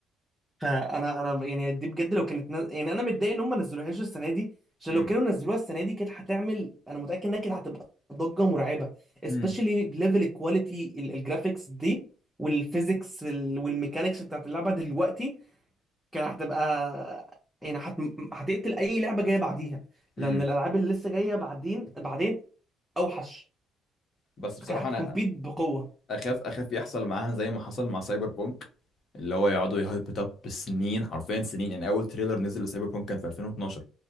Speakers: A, in the centre; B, on the left.
A: فانا انا يعني دي بجد لو كانت نز... يعني انا متضايق ان هم ما نزلوهاش السنه دي عشان
B: امم
A: لو كانوا نزلوها السنه دي كانت هتعمل انا متاكد انها كانت هتبقى ضجه مرعبه especially
B: امم
A: ليفل الكواليتي الجرافيكس دي والفيزيكس ال... والميكانيكس بتاعت اللعبه دلوقتي كانت هتبقى يعني هت... هتقتل اي لعبه جايه بعديها لان
B: امم
A: الالعاب اللي لسه جايه بعدين بعدين اوحش
B: بس بصراحه
A: كانت هتكمبيت
B: انا
A: بقوه
B: اخاف اخاف يحصل معاها زي ما حصل مع سايبر بونك اللي هو يقعدوا يهايب اب بسنين حرفيا سنين يعني اول تريلر نزل لسايبر بونك كان في 2012